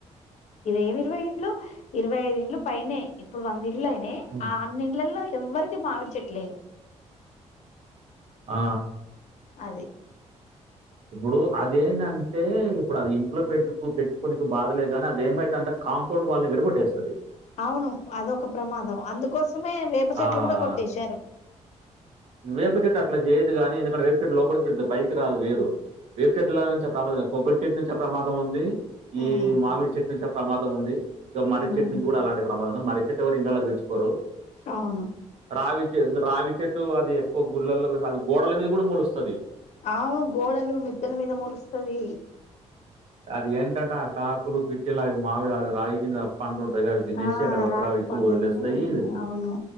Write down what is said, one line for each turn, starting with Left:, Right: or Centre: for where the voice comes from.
Left: ఏమి ఇరవై లో ఇరవై ఐదు ఇండ్లు పైనే ఇప్పుడు వంద ఇండ్లు అయినాయి
Right: హ్మ్.
Left: ఆ అన్ని ఇంలలో ఎవ్వరికి మావిడి చెట్టు లేదు
Right: ఆ
Left: అది
Right: ఇప్పుడు అదేంటంటే ఇప్పుడు అది ఇంట్లో పెట్టుకు పెచ్చుకోనినికి బాధలేదు కానీ అదిే ఏమైతాది అంటే కాంపౌండ్ వాల్నీ విరగోట్టేస్థాది
Left: అవును అదొక ప్రమాదం అందుకోసమే వేప చెట్లు
Right: ఆహ్,
Left: కూడా కొట్టేశారు
Right: వేప చెట్టు అట్లా చేయదు కానీ ఎందుకంటే వేప కే లోపలికి వెళ్ పైకి రాదు వేరు వేపు చెట్ల నుంచిే ప్రమాదం కొబ్బరి చెట్టు నుంచే ప్రమాదం ఉంది ఈ
Left: ఉమ్
Right: మామిడి చెట్టు నుంచి ప్రమాదం ఉంది ఇగా మరి
Left: ఉమ్
Right: చెట్టు నుంచి కూడా అలాంటి ప్రమాదం కో మరి చెట్టు ఎవరు ఇండ్లలో పెంచుకోరు
Left: అవును
Right: రావిచే రావిచట్టు అది ఎక్కువ గుళ్ళల్లో అది గోడలో మీద కూడా మొలుస్తాది
Left: ఆవు గోడలు మిద్దల మీద మొలుస్తాది
Right: అది ఏంటంట ఆ కాకులు పిట్టలా అవి మామిడి అది రాయి కింద పండు ఉంటు పైగా తినేసి
Left: ఆ
Right: ఎక్కడివి అక్కడ
Left: రాయి
Right: విత్తులు
Left: పండుదని
Right: వదిలేస్తాయి
Left: అవును